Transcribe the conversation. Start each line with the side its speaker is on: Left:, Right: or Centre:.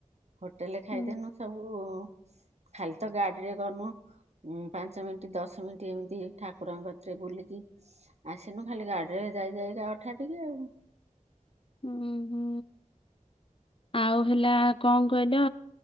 Right: ହୋଟେଲରେ ଖାଇଦେନୁ।
Left: ହୁଁ
Right: ସବୁ ଖାଲିତ ଗାଡିରେ ଗନୁ। ଉଁ ପାଞ୍ଚ ମିନିଟ୍, ଦଶ ମିନିଟ୍ ଏମିତି ହେଇ ଠାକୁରଙ୍କ କତିରେ ବୁଲିକି ଆସିନୁ ଖାଲି ଗାଡିରେ ଯାଇ ଯାଇକା ଅଠା ଠିକି ଆଉ।
Left: ହୁଁ ହୁଁ ଆ। ଆଉ ହେଲା କଣ କହିଲ